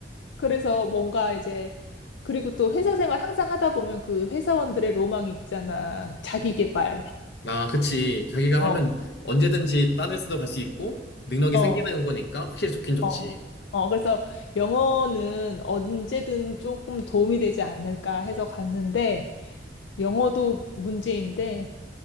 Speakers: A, on the left; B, on the left.
A: 그래서 뭔가 이제 그리고 또 회사 생활 항상 하다 보면 그 회사원들의 로망이 있잖아. 자기 개발.
B: 아, 그치. 자기가
A: 어,
B: 하면 언제든지 딴 회사도 갈 수 있고, 능력이
A: 어,
B: 생기는 거니까 확실히 좋긴 좋지.
A: 어. 어, 그래서 영어는 언제든 조금 도움이 되지 않을까 해서 갔는데 영어도 문제인데